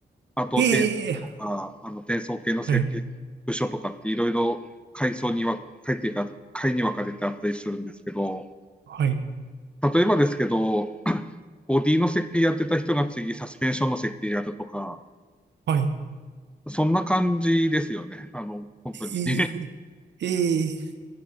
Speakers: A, in the centre; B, on the right.
A: あと、
B: ええ
A: 円とか、あの、転送系の設計、
B: はい。
A: 部署とかっていろいろ階層には、階っていうか、階に分かれてあったりするんですけど、
B: はい。
A: 例えばですけど、ボディの設計やってた人が次、サスペンションの設計やるとか、
B: はい。
A: そんな感じですよね。あの、本当に。
B: ええええ
A: <laughs>